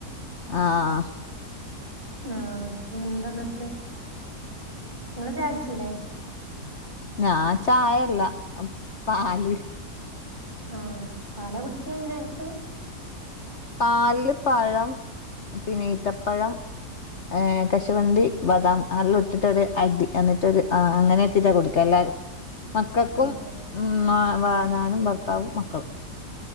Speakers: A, on the left; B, on the right.
A: ആഹ്.
B: ആഹ് എന്താന്ന്ട്ട് ങ്ങള് ചായുടിച്ചിലേ?
A: ഞാ ചായല്ല അം പാല്.
B: ആഹ് പാലാ കുടിക്യാ ഈ നേരത്ത്?
A: പാലില്‌ പഴം പിന്നെ ഈത്തപ്പഴം. ഏഹ് കശുവണ്ടി ബദാം അരലുട്ടിട്ടൊരു അടി എന്നിട്ട് ഒരു ആഹ് അങ്ങനേട്ടീറ്റാ കുടിക്കാ എല്ലാരും. മക്കക്കും
B: ആഹ്
A: ഉം മാ വാ ഞാനും ഭർത്താവും മക്കളും.